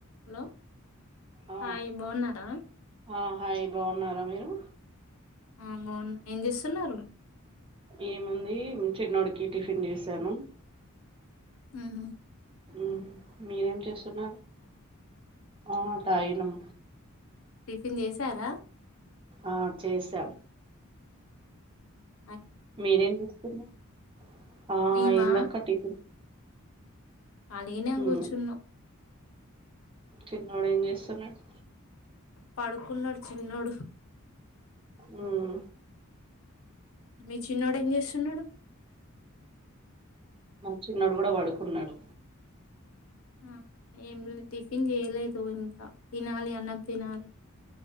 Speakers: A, on the left; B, on the right.
A: Hello
B: ఆ
A: hi బోన్నారా
B: ఆ హాయ్ బాఉన్నారా మీరు
A: ఆ బాగున్నా ఏం చేస్తున్నారు
B: ఏముంది చిన్నోడికి టిఫిన్ చేసాను
A: ఉంహు
B: ఆ మీరేం చేస్తున్నారు ఆ తాగినం
A: టిఫిన్ చేసారా
B: ఆ చేసాం
A: ఆ
B: మీరేం ఇస్తున్నారు ఆ
A: మేమా
B: ఇందక్క టిఫిన్
A: ఆలీగనే
B: ఉమ్,
A: కూర్చున్నాం
B: చిన్నోడు ఏం చేస్తున్నాడు
A: పడుకున్నాడు చిన్నోడు
B: ఉం
A: మీ చిన్నోడు ఏం చేస్తున్నాడు
B: చిన్నడు కూడా బడుకున్నాడు
A: ఆ ఏం టిఫిన్ చేయలేదు ఇంకా తినాలి అన్నం తినాలి